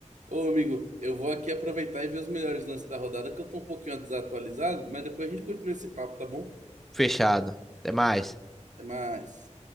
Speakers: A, on the right (about 75°); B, in the centre.
A: Ô, amigo, eu vou aqui aproveitar e ver os melhores lances da rodada, que eu tô um pouquinho desatualizado, mas depois a gente continua esse papo, tá bom?
B: Fechado. Até mais.
A: Até mais.